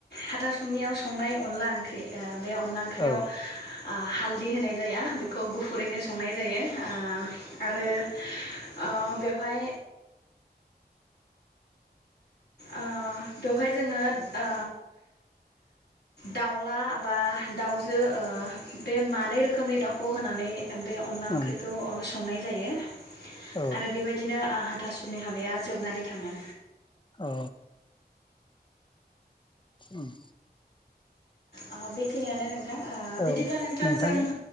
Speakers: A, on the left; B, on the left.
A: हाथासुनियाव संनाय अनला ओंख्रि ओ बे अनला ओंख्रियाव
B: औ
A: ओ हाल होनाय जाया बेखौ गुफुरैनो संनाय जायो ओ आरो ओ बेवहाय ओ बेवहाय जोङो ओ दाउला बा दाउजो ओ बे मानै रोखोमनि दाउखौ होनानै बे अनला ओंख्रिखौ
B: ओं
A: ओ संनाय जायो
B: औ
A: आरो बेबायदिनो ओ हाथासुनि हाबाया जोबनानै थाङो
B: अ उम
A: ओ बेखिनियानो नोंथां
B: औ
A: बिदिब्ला नोंथां
B: नोंथांनि
A: जों